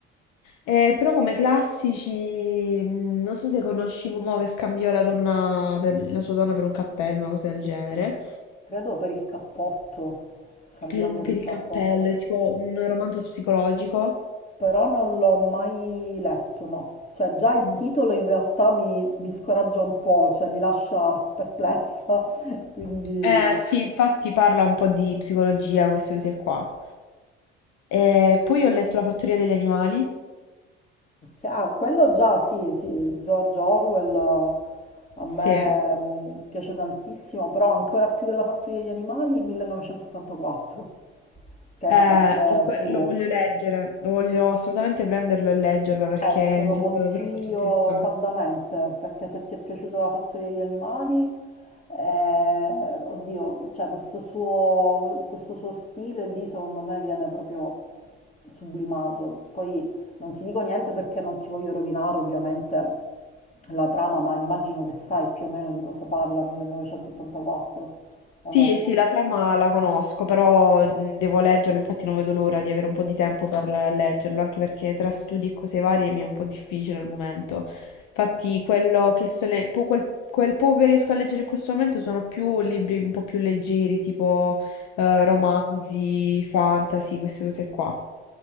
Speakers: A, on the left (about 65°); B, on the left (about 20°).
A: Eh, però come classici, mh, non so se conosci l'uomo che scambiò la donna per- la sua donna per un cappello, una cosa del genere.
B: Credo per il cappotto, scambiò
A: per, un-
B: per
A: per
B: il
A: il
B: cappotto,
A: cappello, è tipo un romanzo psicologico.
B: però non l'ho mai letto, no. Cioè già il
A: Mm.
B: titolo in realtà mi, mi scoraggia un po', cioè mi lascia perplessa, <laughs> quindi...
A: Eh, sì, infatti parla un po' di psicologia, queste cose qua. Eh, poi ho letto La fattoria degli animali.
B: Ah, quello già, sì, sì, George Orwell eh, a me
A: Sì.
B: mm, piace tantissimo, però ancora più della Fattoria degli animali, 1984. che è
A: Eh,
B: sempre
A: il que-
B: suo.
A: lo voglio leggere, lo voglio assolutamente prenderlo e leggerlo perché
B: Eh, te lo
A: mi sembra
B: consiglio
A: davvero molto interessante.
B: caldamente perché se ti è piaciuta la fattoria degli animali, eh, oddio, cioè questo suo, questo suo stile lì secondo me viene proprio sublimato. Poi non ti dico niente perché non ti voglio rovinare ovviamente la trama, ma immagino che sai più o meno di cosa parla 1984
A: Sì,
B: o no?
A: sì, la trama la conosco, però mh, devo leggerlo, infatti non vedo l'ora di avere un po' di tempo per eh, leggerlo, anche perché tra studi e cose varie mi è un po' difficile al momento. Infatti, quello che sto le- po- quel, quel poco che riesco a leggere in questo momento sono più libri un po' più leggeri, tipo eh, romanzi, fantasy, queste cose qua.